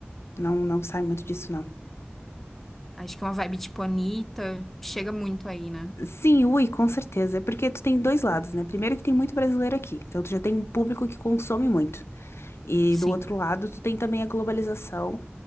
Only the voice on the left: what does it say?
Não, não sai muito disso, não.
Sim, ui, com certeza. É porque tu tem dois lados, né? Primeiro que tem muito brasileiro aqui, então tu já tem um público que consome muito. E
do outro lado, tu tem também a globalização,